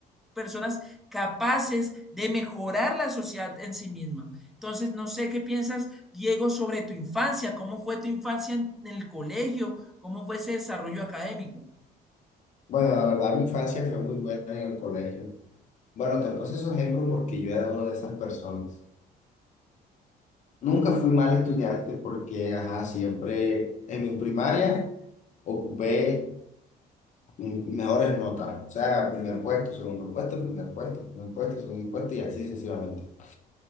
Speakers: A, in the centre; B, on the left (about 45°).
A: personas capaces de mejorar la sociedad en sí misma. Entonces, no sé qué piensas, Diego, sobre tu infancia, cómo fue tu infancia en el colegio, cómo fue ese desarrollo académico.
B: Bueno, la verdad mi infancia fue muy buena en el colegio. Bueno, te puse esos ejemplos porque yo era una de esas personas. Nunca fui mal estudiante porque, ajá, siempre en mi primaria ocupé mm, mejores notas, o sea, primer puesto, segundo puesto, primer puesto, primer puesto, segundo puesto y así sucesivamente.